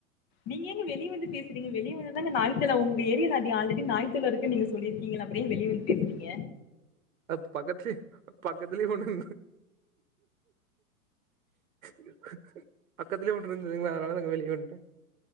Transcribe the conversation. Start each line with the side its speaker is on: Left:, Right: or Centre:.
Left: நீங்க ஏங்க வெளிய வந்து பேசுறீங்க வெளிய வந்தாதாங்க நாய்த் தொல்ல ஒங்க ஏரியால அப்டி ஆல்ரெடி நாய்த் தொல்ல இருக்குன் நீங்க சொல்லிருக்கீங்கள அப்ற ஏ வெளிய வந் வந்து பேசுறீங்க
Right: அது பக்கத்துலே பக்கத்துலே ஒன்னு இரு பக்கத்துலயே ஒன்னு இருந்ததுங்களா அதனால நாங்க வெளியே வந்துட்டே